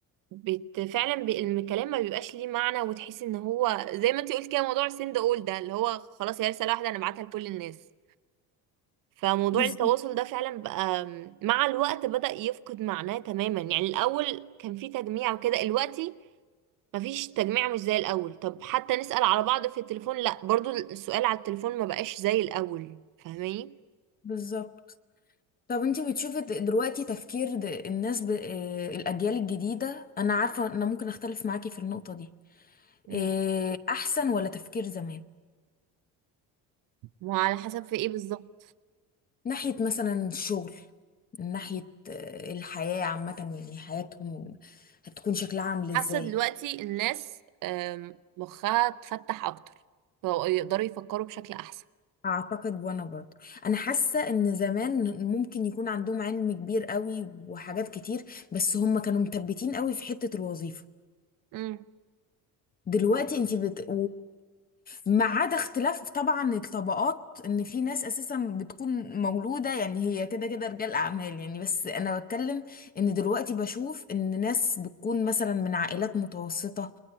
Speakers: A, on the right; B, on the left.
A: بت... فعلا ب... الكلام ما بيبقاش ليه معنى وتحسي ان هو زي ما انتي قلت كده موضوع السند اول ده اللي هو خلاص هي رسالة واحدة انا ابعتها لكل الناس فموضوع
B: بالظبط
A: التواصل ده فعلا بقى مع الوقت بدأ يفقد معناه تماما يعني الاول كان في تجميع وكده دلوقتي مفيش تجميع مش زي الاول طب حتى نسأل على بعض في التليفون لا برضو السؤال على التليفون ما بقاش زي الاول فاهماني
B: بالظبط طب انتي بتشوفي د- دلوقتي تفكير د- الناس ب... آه، الأجيال الجديدة أنا عارفة أنا ممكن أختلف معاكي في النقطة دي
A: مم.
B: آه، أحسن ولا تفكير زمان
A: وعلى حسب في ايه بالظبط
B: ناحية مثلا الشغل من ناحية آه، الحياة عامة يعني حياتهم هتكون شكلها عامل
A: حاسة
B: ازاي
A: دلوقتي الناس آم، مخها اتفتح اكتر فبقوا يقدروا يفكروا بشكل احسن
B: اعتقد وانا برضه انا حاسه ان زمان ممكن يكون عندهم علم كبير قوي وحاجات كتير بس هم كانوا مثبتين قوي في حته الوظيفه
A: امم
B: دلوقتي انت بت... ما عدا اختلاف طبعا الطبقات ان في ناس اساسا بتكون مولوده يعني هي كده كده رجال اعمال يعني بس انا بتكلم ان دلوقتي بشوف ان ناس بتكون مثلا من عائلات متوسطه